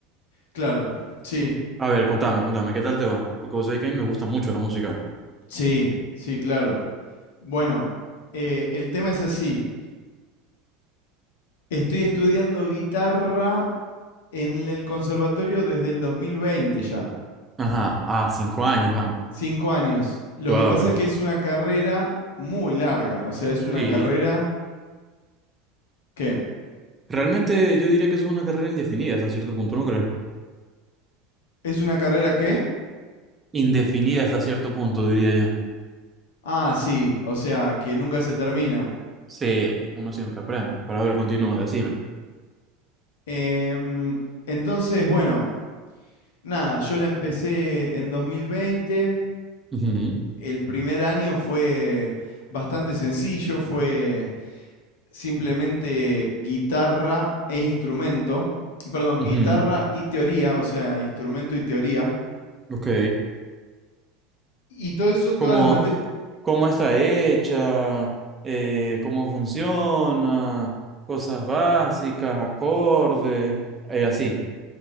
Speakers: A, on the left; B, on the right.
A: Claro, sí,
B: A ver, contame, contame, ¿qué tal te va? Porque vos sabés que a mí me gusta mucho la música.
A: sí, sí, claro. Bueno, eh, el tema es así. Estoy estudiando guitarra en el conservatorio desde el 2020 ya.
B: Ajá, a cinco años van.
A: Cinco años. Lo
B: Suave.
A: que pasa es que es una carrera muy larga. O sea, es una
B: Sí.
A: carrera ¿qué?
B: Realmente yo diría que eso es una carrera indefinida hasta cierto punto, ¿no crees?
A: ¿Es una carrera qué?
B: Indefinida hasta cierto punto, diría yo.
A: Ah, sí. O sea, que nunca se termina.
B: Sí, uno siempre aprende. Pero a ver, continúa, decime.
A: Em, entonces, bueno, nada, yo la empecé en 2020.
B: Ujú,
A: El primer año fue bastante sencillo. Fue simplemente guitarra e instrumento. Perdón,
B: ujú,
A: guitarra y teoría. O sea, instrumento y teoría.
B: Ok.
A: Y todo eso, todas
B: Como,
A: las materias...
B: cómo está hecha, eh, cómo funciona, cosas básicas, acordes, eh, así.